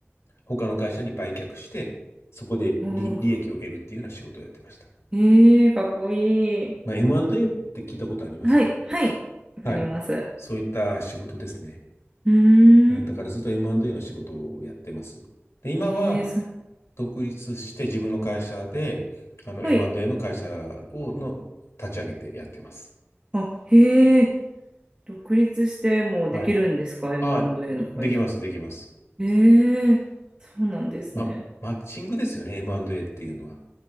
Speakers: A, on the left (about 85°); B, on the right (about 25°).
A: 他の会社に売却して、そこで利、
B: おー
A: 利益を得るっていうような仕事をやってました。
B: ええかっこいい。
A: まあ、M&A って聞いたことあります
B: はい。はい。わかります。
A: はい。
B: う
A: そういった仕事ですね。
B: ー
A: うん、
B: ん。
A: だからずっと M&A の仕事をやってます。で、今は
B: ええ、そう。
A: 独立して自分の会社で、あの
B: はい。
A: M&A の会社を、の立ち上げてやってます。
B: あ、へえ。独立してもできるんですか
A: はい。
B: ?M&A
A: あ、
B: の会社って。
A: できます、できます。
B: ええ、そうなんですね。
A: ま、マッチングですよね、M&A っていうのは。